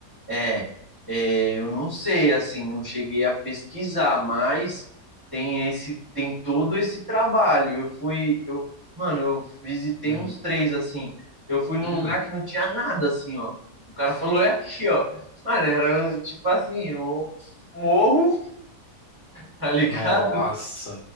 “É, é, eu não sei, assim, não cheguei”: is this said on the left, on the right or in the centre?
Right